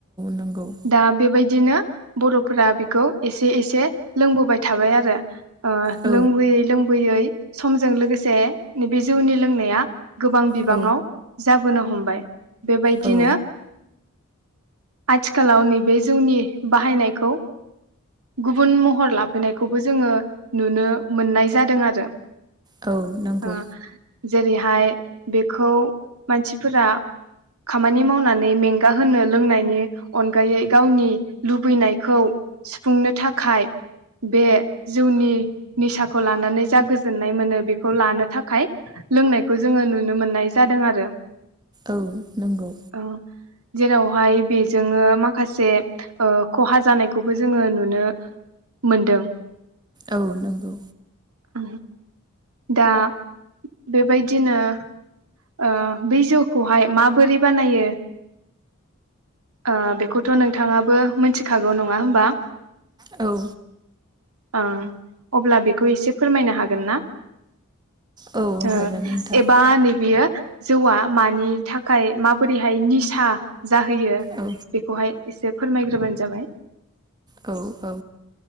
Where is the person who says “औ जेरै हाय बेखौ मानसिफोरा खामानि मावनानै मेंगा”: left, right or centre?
Right